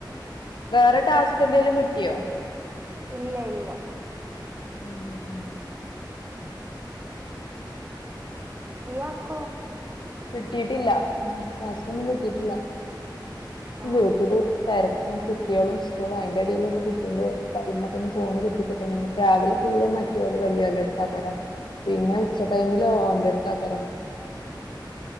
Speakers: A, on the left; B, on the right.
A: വേറെ ടാസ്ക് എന്തെേലും കിട്ടിയോ
B: ഇല്ല. ഇല്ല.
A: ഉ ഉം..
B: ഇയാക്കോ..
A: കിട്ടിട്ടില്ല. ടാസ്ക്കൊന്നു കിട്ടീട്ടില്ല. <unintelligible>
B: ആഹ്
A: ഇപ്പൊ കുട്ടികളും സ്കൂളും അതിന്റെ ഇടയിൽ കുട്ടീന്റെ കയ്യിന്നെകെ ഒന്ന് ഫോണ്കിട്ടി. കിട്ടണ്ടെ. രാവിലെ. ഫുള്ള്. മ <unintelligible> വലിയ കുട്ടികളെ അടുത്തായിരിക്കും. പിന്നെ ഉച്ച ടൈമില് ഓന്റെ അടുത്താക്കരം.